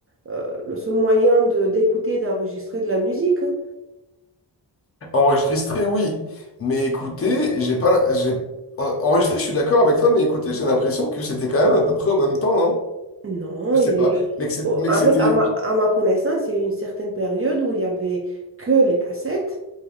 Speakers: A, on the right; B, on the left.
A: euh, le seul moyen de, d'écouter, d'enregistrer de la musique. hein.
B: Enregistrer, oui, mais écouter, j'ai pas. J'ai... en- Enregistrer, je suis d'accord avec toi, mais écouter, j'ai l'impression que c'était quand même à peu près au même temps, non?
A: Non,
B: Je
A: il
B: sais
A: y
B: pas,
A: a eu...
B: mais que c'est-
A: oh,
B: mais
A: En
B: que c'était.
A: fait, à ma, à ma connaissance, il y a eu une certaine période où il y avait que les cassettes,